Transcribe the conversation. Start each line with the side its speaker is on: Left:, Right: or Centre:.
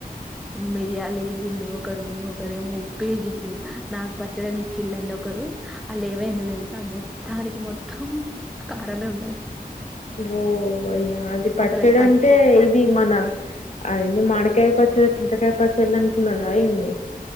Centre: మిరియాలేచిల్లు ఒకరు ఒకరేమొ ఉప్పెసిల్లు నాకు పచ్చడని ఇచ్చిల్ళండి ఒకరు అళ్ళ ఏమైందొ తెలుసా మొత్తానికి మొత్తం కారమే ఉన్నది
Left: ఓ అయ్యా అది పచ్చడి
Centre: అసలు పట్టి
Left: అంటే ఇది మన అ ఏంది మాడి కాయ పచ్చడ చింతకాయ పచ్చళ్ళు అనుకున్నరఏంది